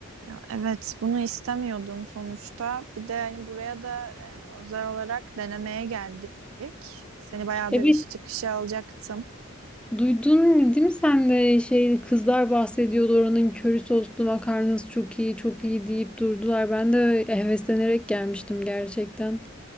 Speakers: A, on the right; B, in the centre.
A: Ya evet, bunu istemiyordum sonuçta. Bir de hani buraya da e, özel olarak denemeye geldik. Seni bayağıdır
B: Evet
A: iş çıkışı alacaktım.
B: duydun değil mi sen de şey kızlar bahsediyordu oranın köri soslu makarnası çok iyi çok iyi deyip durdular. Ben de heveslenerek gelmiştim gerçekten.